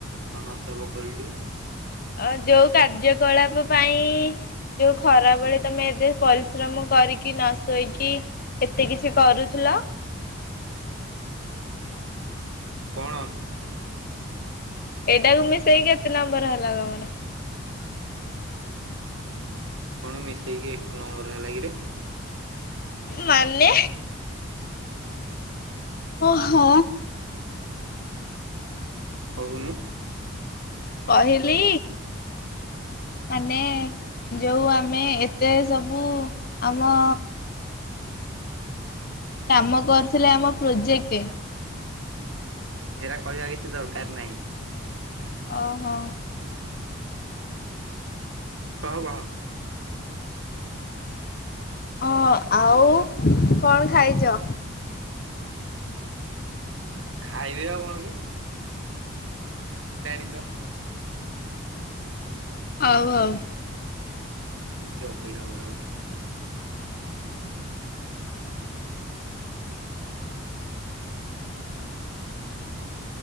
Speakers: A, on the right; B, on the left.
A: ସମାପ୍ତ ହବ କହିଲୁ ଟିକେ?
B: ଅ ଯୋଉ କାର୍ଯ୍ୟକଳାପ ପାଇଁ ଯୋଉ ଖରା ବଳେ ତମେ ଏତେ ପରିଶ୍ରମ କରିକି ନ ଶୋଇକି ଏତେ କିଛି କରୁଥିଲ।
A: କଣ?
B: ଏଇଟାକୁ ମିଶେଇକି କେତେ ନମ୍ବର ହେଲା ତମର?
A: କଣ ମିଶେଇକି ଏକ ନମ୍ବର ହେଲା କିରେ?
B: ମାନେ ଓହୋ।
A: କହୁନୁ।
B: କହିଲି ମାନେ ଯୋଉ ଆମେ ଏତେ ସବୁ ଆମ କାମ କରୁଥିଲେ ଆମ ପ୍ରୋଜେକ୍ଟ
A: ସେରା କହିବା କିଛି ଦରକାର ନାହିଁ।
B: ଓହୋ।
A: କହ ବହ।
B: ଓ ଆଉ କଣ ଖାଇଛ?
A: ଖାଇବି ଆଉ କଣ କି? ଶୋଇଲାଣି ତ।
B: ହଉ ହଉ।
A: ଟିକେ ଅପେକ୍ଷା କର ଆଉ ଟିକେ। ହୁଁ ହୁଁ ହୁଁ ହୁଁ।